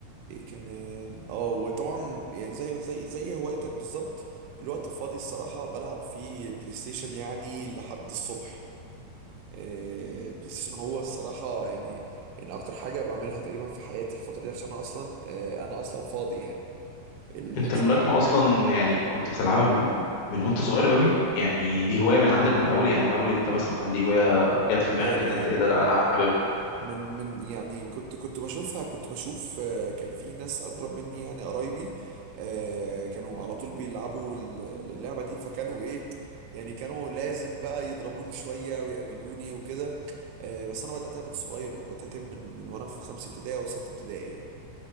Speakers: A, on the right (about 80°); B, on the left (about 75°).
A: ايه كمان اه وطبعا يعني زي زي زي هوايتك بالظبط الوقت الفاضي الصراحة بلعب فيه بلاي ستيشن يعني لحد الصبح آه، بلاي ستيشن هو الصراحة يعني ان اكتر حاجة بعملها تقريبا في حياتي الفترة دي عشان انا اصلا آه، انا اصلا فاضي يعني ال-
B: انت الملاكمة اصلا يعني كنت بتلعبها من من وانت صغير قوي يعني دي هواية من عندك من اول يعني من اول امتى مثلا دي هواية جت في دماغك
A: آه،
B: ان انت ايه ده لا انا حاببها
A: من من يعني كنت كنت بشوفها كنت بشوف آه، كان في ناس اكبر مني يعني قرايبي آه، كانوا على طول بيلعبوا ال- اللعبة دي فكانوا ايه يعني كانوا لازم بقى يضربوني شوية ويعملوني وكده آه، بس انا بدأتها من صغير يعني بدأتها من من وانا في خمسة ابتدائي او ستة ابتدائي يعني